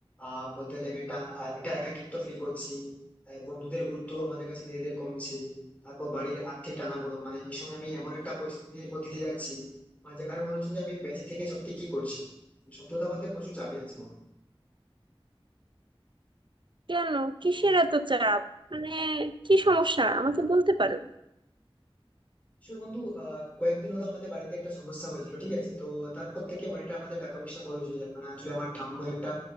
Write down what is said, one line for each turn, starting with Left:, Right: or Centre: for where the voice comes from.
Left: আহ বলতে গেলে একটা আহ, একটা একাকিত্ব ফিল করছি আহ, বন্ধুদের গুরুত্ব আমাদের কাছে ধীরে ধীরে কমছে তারপর বাড়ির আর্থিক টানাপোড়েন মানে এই সময় আমি এমন একটা পরিস্থিতির মধ্যে দিয়ে যাচ্ছি মানে যেখানে মনে হচ্ছে যে আমি বেঁচে থেকে সত্যি কি করছি সত্যি কথা বলতে প্রচুর চাপে আছি আমি।
Right: কেন কিসের
Left: তো
Right: এত চাপ মানে কি সমস্যা আমাকে বলতে পারো
Left: আসলে বন্ধু আহ, কয়েকদিন হলো আমাদের বাড়িতে একটা সমস্যা হয়েছিল ঠিক আছে তো তারপর থেকে অনেকটা আমাদের টাকা পয়সা খরচ হয়ে যায় মানে আসলে আমার ঠাম্মার একটা